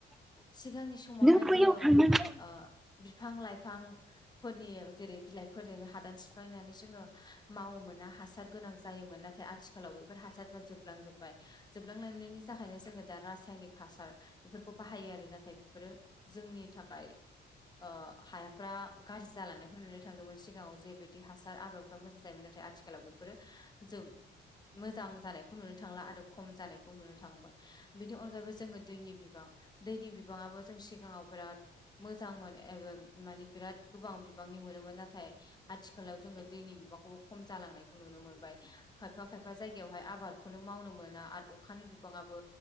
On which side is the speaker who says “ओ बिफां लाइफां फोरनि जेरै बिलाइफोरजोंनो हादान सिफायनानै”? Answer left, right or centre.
Left